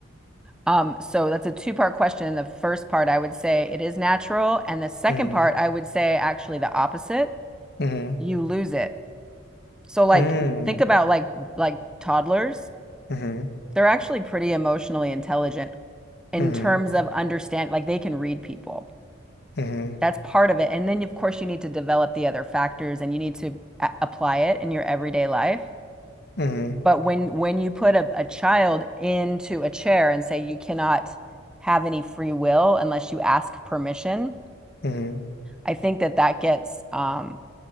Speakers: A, in the centre; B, on the left.
A: Um, so that's a two-part question. The first part, I would say it is natural, and the second
B: Mm,
A: part, I would say actually the opposite.
B: mm-hmm,
A: You lose it. So like
B: mm,
A: think about like like toddlers.
B: mm-hmm,
A: They're actually pretty emotionally intelligent in
B: mm-hmm,
A: terms of understand like they can read people.
B: mm-hmm,
A: That's part of it. And then of course you need to develop the other factors and you need to a- apply it in your everyday life.
B: mm-hmm,
A: But when when you put a, a child into a chair and say you cannot have any free will unless you ask permission
B: mm-hmm.
A: I think that that gets um